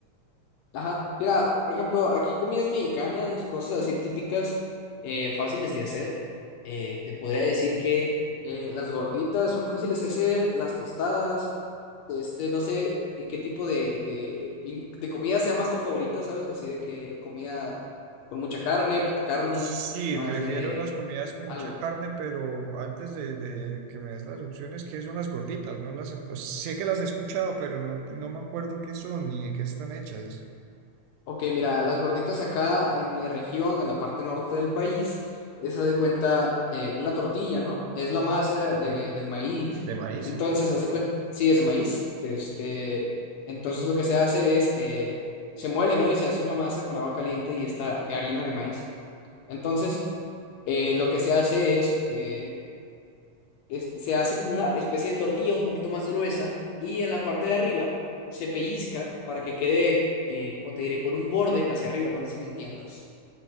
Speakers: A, on the left (about 75°); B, on the right (about 80°).
A: Ajá, mira, por ejemplo, aquí comidas mexicanas, cosas así típicas, eh, fáciles de hacer. Eh, te podría decir que eh, las gorditas son fáciles de hacer, las tostadas, este, no sé eh, qué tipo de, de, in- de comida sea más tu favorita, ¿sabes? Así de que comida con mucha carne, poca carne,
B: Sí,
A: más
B: prefiero
A: de
B: las comidas con
A: algo.
B: mucha carne, pero antes de, de que me des las opciones, ¿qué son las gorditas? No las, he- o sea, sé que las he escuchado, pero no, no me acuerdo qué son ni de qué están hechas.
A: Ok, mira, las gorditas acá en mi región, en la parte norte del país, es haz de cuenta eh, una tortilla, ¿no? Es la masa de,
B: Ok.
A: de- de maíz.
B: ¿De maíz?
A: Entonces, hace cuenta, sí, es de maíz. de Este, entonces, lo que se hace es, eh, se muele, ¿no? Y se hace una masa con agua caliente y esta harina de maíz. Entonces, eh, lo que se hace es, eh, es- se hace como una especie de tortilla un poquito más gruesa y en la parte de arriba se pellizca para que quede, eh, como te diré, con un borde hacia arriba, no sé si me entiendas.